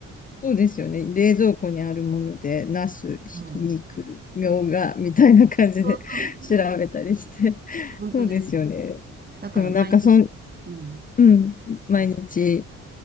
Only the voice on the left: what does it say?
そうですよね。冷蔵庫にあるもので、ナス、
ひき肉、みょうが、みたいな感じで
<laughs> 調べたりして。
そうですよね。
でもなんかそん、
うん、毎日、